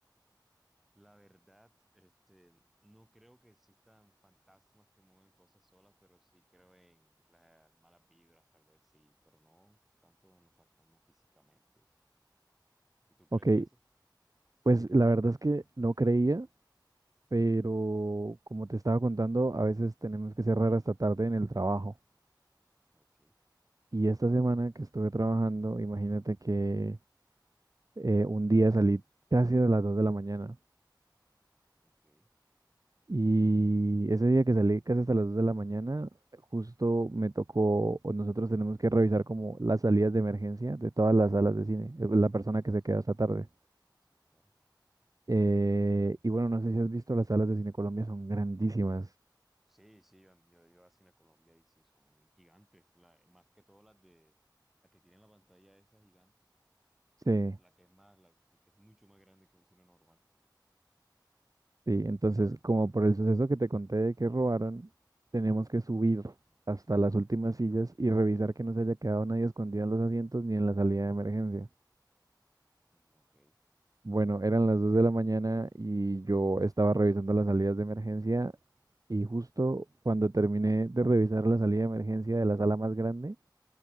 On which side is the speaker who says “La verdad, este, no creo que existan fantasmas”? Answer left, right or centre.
Centre